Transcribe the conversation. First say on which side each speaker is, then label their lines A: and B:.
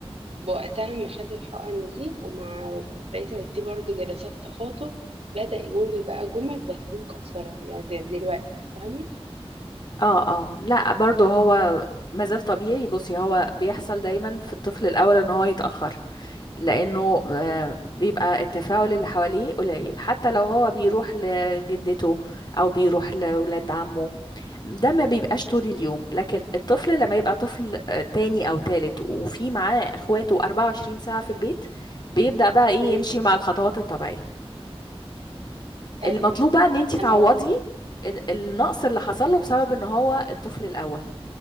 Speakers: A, on the right; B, on the left.
A: وقتها ما خد الحقن دي ومع ود- بقيت أوديه برضه جلسات تخاطب بدأ يقول بقى جمل بس مكسرة يعني زي دلوقتي فاهمة؟
B: اه اه لا برضه هو مازال طبيعي بصي هو بيحصل دايما في الطفل الاول ان هو يتاخر لانه آه، بيبقى التفاعل اللي حواليه قليل حتى لو هو بيروح لجدته او بيروح لولاد عمه ده ما بيبقاش طول اليوم لكن الطفل لما يبقى طفل آه، تاني او تالت وفي معاه اخواته 24 ساعة في البيت بيبدأ بقى ايه
A: مم.
B: يمشي مع الخطوات الطبيعية
A: أيوه
B: المطلوب بقى ان انت تعوضي
A: أنا والله
B: ال- النقص اللي حصل له بسبب ان هو الطفل الاول